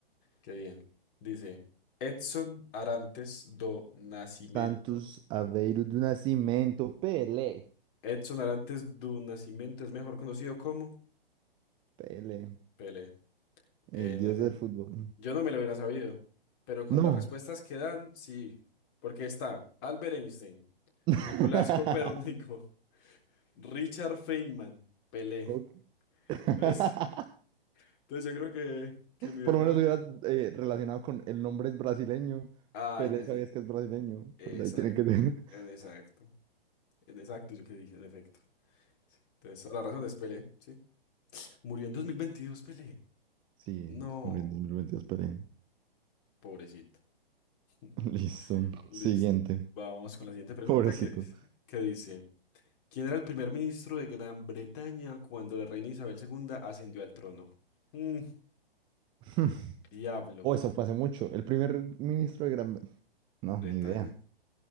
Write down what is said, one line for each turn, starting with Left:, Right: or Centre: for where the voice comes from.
Left: Qué bien. Dice, Edson Arantes do Nascimento.
Right: Santos Aveiro do Nascimento, Pelé.
Left: Edson Arantes do Nascimento es mejor conocido como
Right: Pelé.
Left: Pele. En
Right: El dios
Left: efecto.
Right: del fútbol.
Left: Yo no me lo hubiera sabido, pero con
Right: No.
Left: las respuestas que dan, sí. Porque está Albert Einstein,
Right: <laughs>
Left: Nicolás Copérnico, <laughs> Richard Feynman, Pelé.
Right: Ok. <laughs>
Left: Entonces, entonces yo creo que, que me hubiera
Right: Por lo
Left: dado...
Right: menos hubieras eh, relacionado con el nombre es brasileño.
Left: Ah,
Right: Pelé
Left: en efecto.
Right: sabías que es brasileño.
Left: Exacto.
Right: Pues ahí tiene que ser. <laughs>
Left: En exacto. En- Exacto, yo que dije, en efecto. Entonces, toda la razón es Pelé, sí. Murió en 2022, Pelé.
Right: Sí,
Left: No,
Right: murió en 2022 Pelé.
Left: pobrecito. <laughs>
Right: <laughs> Listo.
Left: Listo.
Right: Siguiente.
Left: Vamos con la siguiente pregunta
Right: Pobrecito.
Left: que, es- que dice, ¿quién era el primer ministro de Gran Bretaña cuando la reina Isabel segunda ascendió al trono? Mm,
Right: <laughs>
Left: diablo,
Right: Oh, eso fue hace mucho. El primer ministro de Gran... No,
Left: Bretaña.
Right: ni idea.